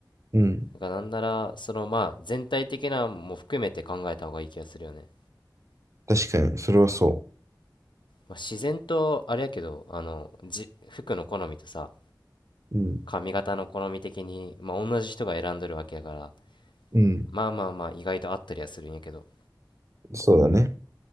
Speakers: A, on the right; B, on the left.
A: うん
B: がなんなら、そのまあ全体的なも含めて考えた方がいい気がするよね。
A: 確かに。それはそ
B: まあ、自然とあれやけど、あの、じ、服の好みとさ、
A: う。うん、
B: 髪型の好み的に、まあ同じ人が選んどるわけやから、
A: うん、
B: まあまあまあ意外と合ったりはするんやけど、
A: そうだね。